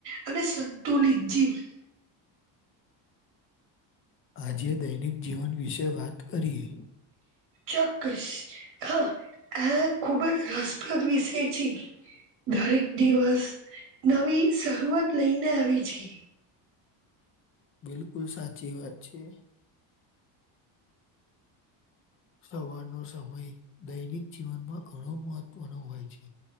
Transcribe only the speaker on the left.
આજે દૈનિક જીવન, વિશે વાત કરીએ
બિલકુલ સાચી વાત છે. સવારનો સમય દૈનિક જીવનમાં ઘણો મહત્વનો, હોય છે.